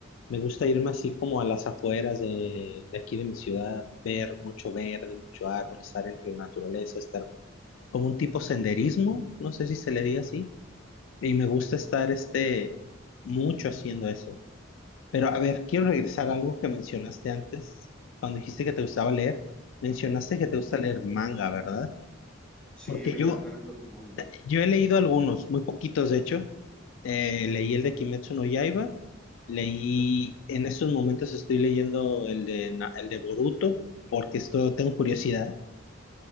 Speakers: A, on the left; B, in the centre.
A: Me gusta irme así como a las afueras de, de aquí de mi ciudad, ver mucho verde, mucho árbol, estar entre la naturaleza, estar como un tipo senderismo, no sé si se le diga así, y me gusta estar este, mucho haciendo eso. Pero a ver, quiero regresar a algo que mencionaste antes, cuando dijiste que te gustaba leer, mencionaste que te gusta leer manga, ¿verdad?
B: Sí,
A: Porque
B: me
A: yo
B: encantan los mangas.
A: Yo he leído algunos, muy poquitos de hecho. Eh, leí el de Kimetsu no Yaiba, leí,
B: Ujú.
A: en estos momentos estoy leyendo el de, Na- el de Boruto, porque esto tengo curiosidad.